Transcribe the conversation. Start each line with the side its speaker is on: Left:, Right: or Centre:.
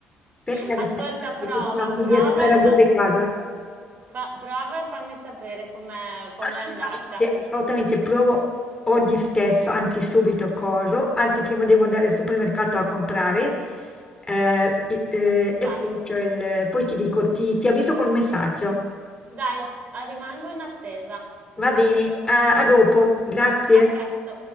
Left: Per carità,
Right: Ascolta, prova,
Left: evitiamo
Right: prova
Left: di essere arrabbiare
Right: e fa,
Left: Carla.
Right: fa- prova e fammi sapere com'è com'è
Left: Assolutamente,
Right: andata.
Left: assolutamente, provo oggi stesso, anzi subito corro, anzi prima devo andare al supermercato a comprare eh, i- eh,
Right: Vai.
Left: e poi, c'ho il- poi ti dico, ti, ti avviso col messaggio.
Right: Dai, rimango in attesa.
Left: Va bene, a a dopo, grazie.
Right: A presto.